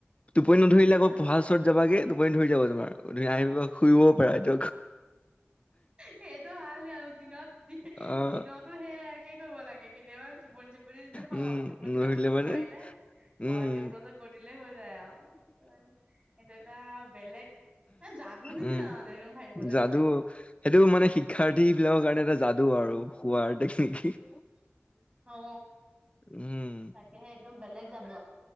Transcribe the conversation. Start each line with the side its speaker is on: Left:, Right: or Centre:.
Left: টোপনি নধৰিলে
Right: টোপ
Left: আকৌ
Right: অ
Left: পঢ়াৰ ওচৰত যাবাগে টোপনি ধৰি যাব তোমাৰ ধুনীয়া আহিব শুইবও পাৰে ত
Right: সেইটো ভাল আৰু দিনত
Left: অ',
Right: দিনতো সেয় একে কৰিব লাগে কেতিয়াবা টোপনি টোপনি ন
Left: উম,
Right: টোপনি
Left: নধৰিলে
Right: যাবলৈ
Left: মানে
Right: নোৱাৰিলে
Left: উম,
Right: পঢ়া টেবুলৰ গৈ হৈ যায়। <unintelligible> এইটো এটা বেলেগ এ যাদু নিচিনা
Left: উম,
Right: মানে একদম ভাবিবলৈ
Left: যাদু
Right: গলে
Left: সেইটো মানে শিক্ষাৰ্থী বিলাকৰ কাৰণে এটা যাদু আৰু হোৱাৰ টেকনিক
Right: অ,
Left: উম,
Right: তাকেহে একদম বেলেগ জাদু